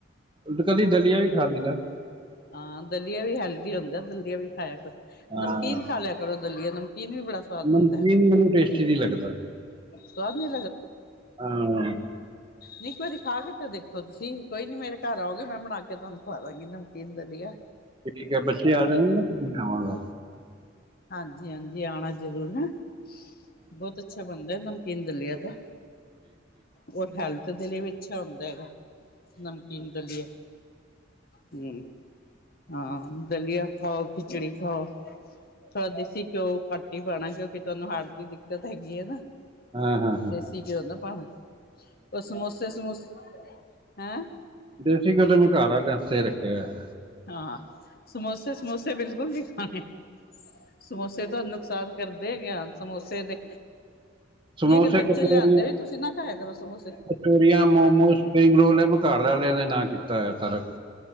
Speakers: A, on the right (about 25°); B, on the left (about 50°).
A: ਉਟ, ਕਦੀ ਦਲੀਆ ਵੀ ਖਾ ਲੀਦਾ।
B: ਹਾਂ, ਦਲੀਆ ਵੀ ਹੈਲਦੀ ਹੁੰਦਾ, ਦਲੀਆ ਵੀ ਖਾਇਆ ਕਰੋ
A: ਹਾਂ
B: ਨਮਕੀਨ ਖਾ ਲਿਆ ਕਰੋ ਦਲੀਆ ਨਮਕੀਨ ਵੀ ਬੜਾ ਸਵਾਦ
A: ਨਮਕੀਨ
B: ਬਣਦਾ
A: ਮੈਨੂੰ ਟੇਸਟੀ ਨ੍ਹੀਂ ਲੱਗਦਾ।
B: ਸਵਾਦ ਨੀ
A: ਹਾਂ
B: ਨੀਂ ਇਕ ਵਾਰੀ ਖਾ ਕੇ ਤੇ ਦੇਖੋ ਤੁਸੀਂ, ਕੋਈ ਨੀ ਮੇਰੇ ਘਰ ਆਓਗੇ, ਮੈਂ ਬਣਾ ਕੇ ਤੁਹਾਨੂੰ ਖਾਵਾ ਦਾਂਗੀ ਨਮ ਕੀਨ ਦਲੀਆ।
A: ਠੀਕ ਐ, ਬੱਚੇ ਆ ਜਾਣਗੇ, ਫੇਰ ਮੈਂ ਆਵਾਂਗਾ।
B: ਹਾਂਜੀ, ਹਾਂਜੀ ਆਣਾ ਜ਼ਰੂਰ ਹੈਂ, ਬਹੁਤ ਅੱਛਾ ਬੰਦਾ ਨਮਕੀਨ ਦਲੀਆ ਤੇ, ਔਰ ਹੈਲਥ ਦੇ ਲਈ ਵੀ ਅੱਛਾ ਹੁੰਦਾ ਹੈਗਾ। ਨਮਕੀਨ ਦਲੀਆ। ਹਂ, ਹਾਂ, ਦਲੀਆ ਖਾਓ, ਖਿਚੜੀ ਖਾਓ। ਥੋੜਾ ਦੇਸੀ ਘਿਓ ਘਟ ਈ ਪਾਣਾ, ਕਿਉਂਕਿ ਤੁਹਾਨੂੰ ਹਾਟ ਦੀ ਦਿੱਕਤ ਹੈਗੀ ਐ ਨਾ।
A: ਹਾਂ, ਹਾਂ, ਹਾਂ।
B: <unintelligible> ਪਾਣਾ ਉਹ ਸਮੋਸੇ ਸਮੂਸੇ, ਹੈਂ?
A: ਦੇਸੀ ਘਿਉ ਤੇ ਮੈ ਘਰ ਆਲਿਆ ਆਸਤੇ ਰੱਖਿਆ ਹੋਇਆ।
B: ਹਾਂ, ਸਮੋਸੇ-ਸਮੂਸੇ ਬਿਲਕੁਲ ਨ੍ਹੀਂ ਖਾਣੇ, ਸਮੋਸੇ ਤੋਂ ਨੁਕਸਾਨ ਕਰਦੇ ਗਿਆ। ਸਮੋਸੇ ਦੇ,
A: ਸਮੋਸੇ
B: ਨ੍ਹੀਂ ਅਗਰ ਬੱਚੇ
A: ਕਚੋਰੀਆਂ
B: ਲਿਆਂਦੇ ਵੀ, ਤੁਸੀਂ ਨਾ ਖਾਇਆ ਕਰੋ ਸਮੋਸੇ
A: ਕਚੋਰੀਆਂ, ਮੋਮੋਸ, ਸਪਰਿੰਗ ਰੋਲ ਇਹ ਮੈਂ ਘਰ ਵਾਲਿਆਂ ਨੇ ਨਾਂ ਕੀਤਾ ਹੋਇਆ ਸਾਰਾ ਕੁਛ